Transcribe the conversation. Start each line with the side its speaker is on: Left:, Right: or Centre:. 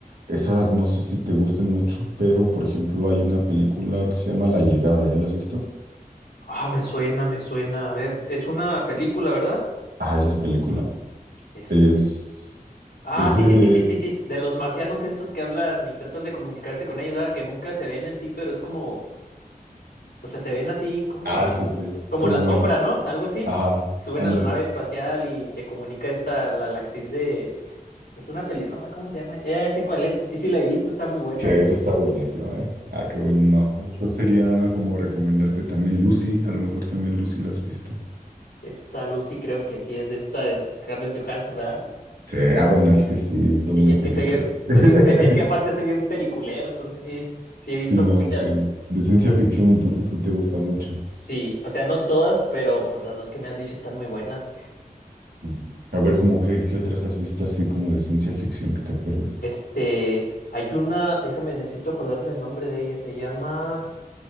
Right: esas no sé si te gusten mucho, pero por ejemplo, hay una película que se llama La Llegada, ¿ya la has visto?
Left: Ah, me suena, me suena. A ver, es una película, ¿verdad?
Right: Ah, esa es película.
Left: Este.
Right: Es,
Left: Ah,
Right: es
Left: sí,
Right: de...
Left: sí, sí, sí, sí, sí. De los marcianos estos que hablan y tratan de comunicarse con ellos, ¿verdad? Que nunca se ven en sí, pero es como, o sea, se ven así, ¿cómo
Right: Ah,
Left: te diré?
Right: sí, sí,
Left: Como
Right: como
Left: la sombra,
Right: en...
Left: ¿no? Algo así.
Right: Ajá,
Left: Y suben
Right: ándale.
Left: a la nave espacial y se comunica esta, la, la actriz de, es una pelirroja, ¿cómo se llama? Ya, ya sé cuál es. Sí, sí, la he visto, está muy buena.
Right: Sí, esa está buenísima, ¿eh? Ah, qué bueno. No, yo sería como recomendarte también Lucy, a lo mejor también Lucy la has visto.
Left: Esta Lucy creo que sí es de esta, es Scarlett Johansson, ¿verdad?
Right: Sí, ah, bueno, es que sí, son
Left: Sí,
Right: muy
Left: es
Right: típicas.
Left: que soy bien,
Right: <laughs>
Left: soy bien, pel- es que aparte soy bien peliculero, entonces sí, sí he
Right: Sí,
Left: visto
Right: me
Left: muchas.
Right: imagino. De ciencia ficción, entonces sí te gusta mucho.
Left: Sí, o sea, no todas, pero pues las dos que me has dicho están muy buenas.
Right: Ujú. A ver, como qué, qué otras has visto así como de ciencia ficción que te acuerdes.
Left: Este, hay una, déjame, necesito acordarme el nombre de ella, se llama...